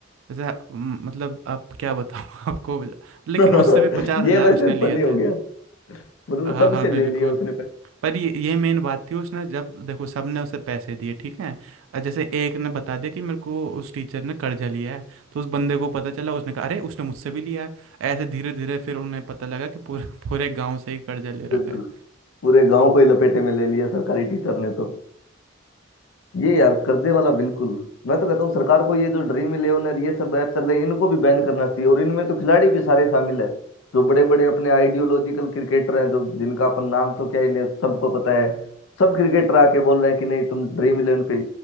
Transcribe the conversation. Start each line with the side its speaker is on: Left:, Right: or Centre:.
Right: जैसे म, मतलब आप क्या बताऊँ <laughs> आपको लेकिन
Left: <laughs>
Right: उससे भी पचास
Left: ये
Right: हजार
Left: वैसे
Right: उसने लिए
Left: फनी हो
Right: थे
Left: गया मतलब
Right: हाँ
Left: सबसे
Right: हाँ बिल्कुल
Left: ले लिया उसने
Right: पर ये ये मेन बात थी उसने जब देखो सबने उसे पैसे दिए ठीक है अ, जैसे एक ने बता दिया कि मेरे को उस टीचर ने कर्जा लिया है तो उस बंदे को पता चला उसने कहा अरे उसने मुझसे भी लिया है ऐसे धीरे धीरे फिर उन्हें पता लगा कि पूरे पूरे गांव से ही कर्जा ले
Left: पैसे
Right: रखा है
Left: पूरे गांव को ही लपेटे में ले लिया सरकारी टीचर ने तो ये यार कर्जे वाला बिल्कुल मैं तो कहता हूँ सरकार को ये जो ड्रीम इलेवन ये सब ऐप चल रहे हैं इनको भी बैन करना चाहिए और इनमें तो खिलाड़ी भी सारे शामिल है जो बड़े बड़े अपने आइडियोलॉजिकल क्रिकेटर हैं जो जिनका अपन नाम तो क्या ही ले सबको पता है सब क्रिकेटर आके बोल रहे हैं कि नहीं तुम ड्रीम इलेवन पे